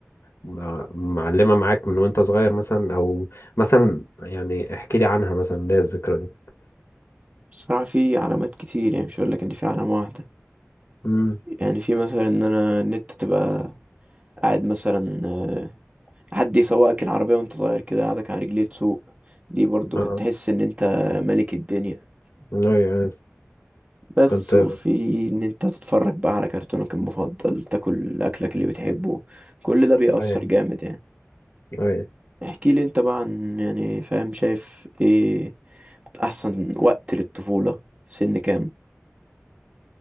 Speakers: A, on the left (about 60°); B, on the right (about 30°).
A: مع- معلمة معاك من وانت صغير مثلا او مثلا يعني احكي لي عنها مثلا اللي هي الذكرى دي
B: بصراحة في علامات كتير يعني مش هقول لك إن في علامة واحدة
A: امم
B: يعني في مثلا إن أنا إن أنت تبقى قاعد مثلا آه، حد يسوقك العربية وأنت صغير كده قاعدك على رجليه تسوق دي برضو
A: اه
B: كنت تحس إن أنت ملك الدنيا
A: ايوه أيوة.
B: بس
A: كنت
B: وفي ان انت تتفرج بقى على كرتونك المفضل تاكل اكلك اللي بتحبه كل ده بيأثر
A: ايوه
B: جامد يعني
A: ايوه
B: احكي لي انت بقى عن يعني فاهم شايف ايه احسن وقت للطفولة في سن كام